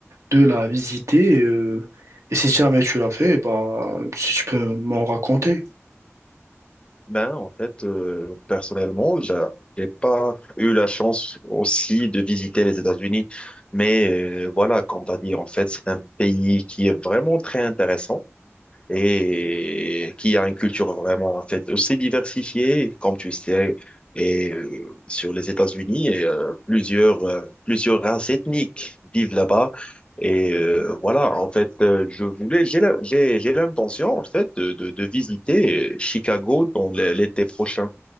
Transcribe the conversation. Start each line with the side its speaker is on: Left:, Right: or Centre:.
Right: de la visiter? euh, et si jamais tu l'as fait, bah, si tu peux m'en raconter.
Left: Ben, en fait, euh, personnellement, j'a- j'ai pas eu la chance aussi de visiter les États-Unis. Mais euh, voilà, comme tu as dit, en fait, c'est un pays qui est vraiment très intéressant et qui a une culture vraiment en fait aussi diversifiée, comme tu sais, et euh, sur les États-Unis, et, euh, plusieurs euh, plusieurs races ethniques vivent là-bas. Et euh, voilà, en fait, euh, je voulais, j'ai la- j'ai j'ai l'intention en fait de, de, de visiter euh, Chicago dans l- l'été prochain.